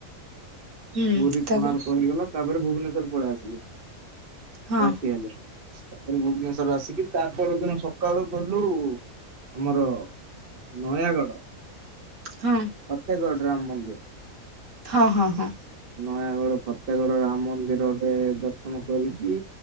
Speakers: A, on the right; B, on the right.
A: ହୁଁ
B: ପୁରୀ
A: ତାପରେ
B: କୋଣାର୍କ ହେଇଗଲା ତାପରେ ଭୁବନେଶ୍ଵର ପଳେଇ ଆସିଲୁ
A: ହଁ
B: ରାତି ହେଲେ। ତାପରେ ଭୁବନେଶ୍ଵର ଆସିକି ତା ପରଦିନ ସକାଳୁ ଗଲୁ ଆମର ନୟାଗଡ଼
A: ହଁ
B: ଫତେଗଡ଼ ରାମ ମନ୍ଦିର।
A: ହଁ ହଁ ହଁ।
B: ନୟାଗଡ ଫତେଗଡ ରାମ ମନ୍ଦିରରେ ଦର୍ଶନ କରିକି